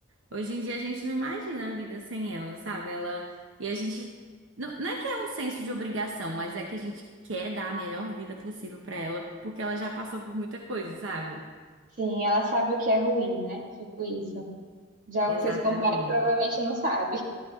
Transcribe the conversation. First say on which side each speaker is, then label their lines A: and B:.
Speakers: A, on the right (about 80°); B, on the right (about 45°).
A: Hoje em dia a gente não imagina a vida sem ela, sabe? Ela e a gente não, não é que é um senso de obrigação, mas é que a gente quer dar a melhor vida possível pra ela, porque ela já passou por muita coisa, sabe?
B: Sim, ela sabe o que é ruim, né? Tipo isso. Já
A: Exatamente.
B: o que vocês compraram provavelmente não sabe.